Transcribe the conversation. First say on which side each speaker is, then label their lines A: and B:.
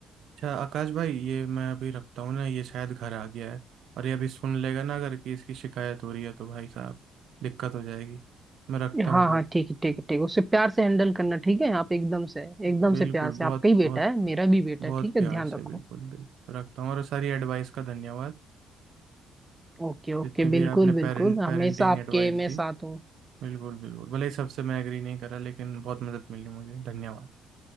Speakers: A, on the right (about 60°); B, on the right (about 15°).
A: अच्छा आकाश भाई ये मैं अभी रखता हूँ ना ये शायद घर आ गया है और ये अभी सुन लेगा ना अगर कि इसकी शिकायत हो रही है तो भाई साहब दिक्कत हो जाएगी मैं रखता
B: हाँ
A: हूँ फिर
B: हाँ ठीक है ठीक है ठीक है उसे प्यार से हैंडल करना ठीक है आप एकदम से
A: बिल्कुल
B: एकदम से प्यार से
A: बहुत
B: आपका ही बेटा
A: बहुत
B: है मेरा भी बेटा
A: बहुत
B: है ठीक है
A: प्यार
B: ध्यान
A: से
B: रखो
A: बिल्कुल बिल्कुल रखता हूँ और सारी एडवाइस का धन्यवाद
B: ओके ओके
A: जितने भी
B: बिल्कुल
A: आपने
B: बिल्कुल
A: पेरेंट
B: हमेशा
A: पेरेंटिंग
B: आपके
A: एडवाइस
B: मैं
A: दी
B: साथ हूँ
A: बिल्कुल बिल्कुल भले ही सबसे मैं एग्री नहीं करा लेकिन बहुत मदद मिली मुझे धन्यवाद